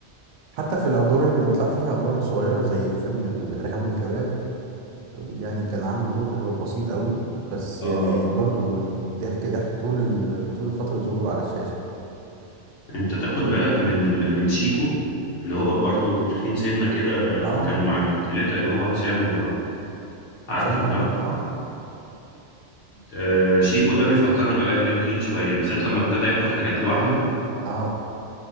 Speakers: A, on the right (about 80°); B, on the left (about 75°).
A: حتى في الادوار اللي كان بيطلع فيها ادوار صغيره زي فيلم الارهاب والكباب يعني كان عامل دور بسيط قوي بس
B: اه
A: يعني برضو يعني ضحك ضحك طول ال... طول فتره ظهوره على الشاشه
B: انت تاخد بالك من ال... من شيكو اللي هو برضو تخين سنة كده
A: اه
B: آه، كان مع الثلاثة اللي هو هشام
A: هشام
B: وعارفه
A: واحمد
B: صح؟
A: اه
B: آه، شيكو ده بيفكرني بعلاء ولي الدين شوية بالذات لما ابتدى ياخد حاجات لوحده
A: اه